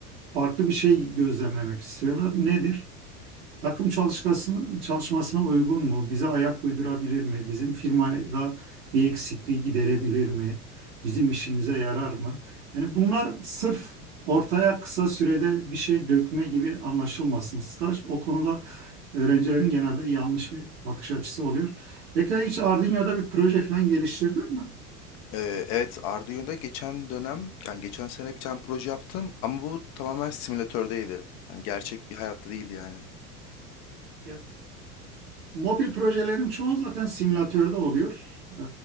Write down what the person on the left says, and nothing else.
Eee, evet Arduino'da geçen dönem yani geçen sene bir tane proje yaptım ama bu tamamen simülatördeydi. Yani gerçek bir hayatta değildi yani.